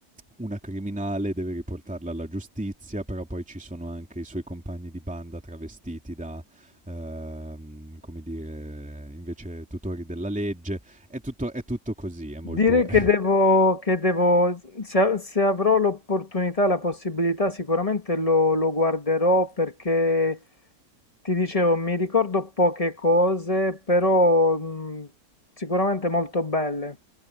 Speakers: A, in the centre; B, on the left.
A: una criminale deve riportarla alla giustizia, però poi ci sono anche i suoi compagni di banda travestiti da, ehm, come dire, invece tutori della legge. È tutto, è tutto così, è molto...
B: Direi
A: <laughs>
B: che devo, che devo- se, se avrò l'opportunità, la possibilità, sicuramente lo, lo guarderò perché ti dicevo, mi ricordo poche cose, però mh, sicuramente molto belle.